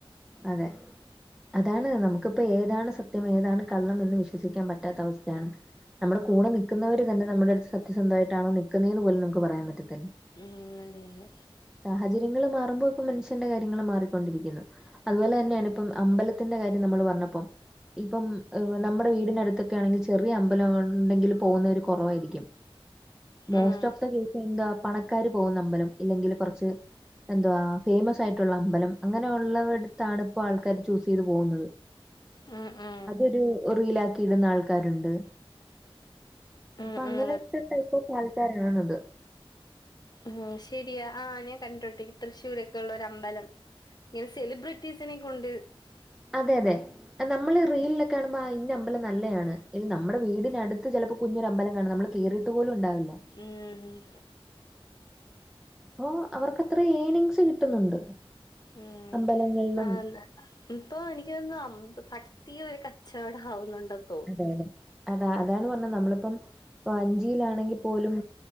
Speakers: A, in the centre; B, on the left.
A: അതെ അതാണ് നമുക്കിപ്പോ ഏതാണ് സത്യം ഏതാണ് കള്ളം എന്ന് വിശ്വസിക്കാൻ പറ്റാത്ത അവസ്ഥയാണ് നമ്മുടെ കൂടെ നിൽക്കുന്നവര് തന്നെ നമ്മുടെ അടുത്ത് സത്യന്ധമായിട്ടാണോ നിക്കുന്നതന്ന് പോലും നമുക്ക് പറയാൻ പറ്റത്തില്ല.
B: ഉം അതെ അതെ.
A: സാഹചര്യങ്ങൾ മാറുമ്പോഴൊക്കെ മനുഷ്യന്റെ കാര്യങ്ങള മാറിക്കൊണ്ടിരിക്കുന്നു. അതുപോലെ തന്നെയാണ് ഇപ്പം അമ്പലത്തിന്റെ കാര്യം നമ്മള് പറഞ്ഞപ്പം. ഇപ്പം നമ്മുടെ വീടിനടുത്തൊക്കെ ആണെങ്കിൽ ചെറിയ അമ്പലം ഉണ്ടെങ്കിൽ പോകുന്നവർ കുറവായിരിക്കും. മോസ്റ്റ്
B: ഉം
A: ഓഫ് ദ കേസ് എന്താ പണക്കാര് പോകുന്ന അമ്പലം ഇല്ലെങ്കിൽ കുറച്ച്. എന്റുവ ഫേമസ് ആയിട്ടുള്ള അമ്പലം അങ്ങനെ. അത് ഉള്ളവർടത്താണ് ആൾക്കാരെ ചൂസ് ചെയ്തപ്പോൾ പോകുന്നത്അതൊരു
B: ഉം ഉം
A: റീലക്കി ഇടുന്ന ആൾക്കാരുണ്ട്
B: ഉം
A: അപ്പൊ അങ്ങനത്തെ
B: ഉം
A: ടൈപ്പ് ഓഫ് ആൾക്കാരാണത്.
B: ഉ ശരിയാ ആഹ ഞാൻ കണ്ടിട്ടോട്ടേ തൃശ്ശൂരൊക്കെ ഉള്ളര അമ്പലം. ഇങ്ങനെ സെലിബ്രിറ്റീസിനെ കൊണ്ട്.
A: അതെ അതെ നമ്മള് റീലിലൊക്കെ കാണുമ്പോൾ ഇന് അമ്പലം നല്ലതാണ് ഇത് നമ്മുടെ വീടിനടുത്ത് ചിലപ്പോ. കുഞ്ഞൊ ഒര അമ്പലംകണം നമ്മൾ കേയയിട്ട് പോലും ഉണ്ടാവില്ല.
B: ഉം.
A: അപ്പോൊ അവർക്ക് അത്ര യ്ണനിങ്സ് കിട്ടുന്നുണ്ട്.
B: ഉം
A: അമ്പലങ്ങളിലും
B: ആ. ഇപ്പൊ എനിക്ക് തന്ന ഭക്തി ഒരു കച്ചവടം ആവുന്നുണ്ടോ.
A: അതെ അതെ അതാ അതാണ് പറഞ്ഞത് നമ്മളിപ്പം അഞ്ചിയിലാണെങ്കിൽ പോലും.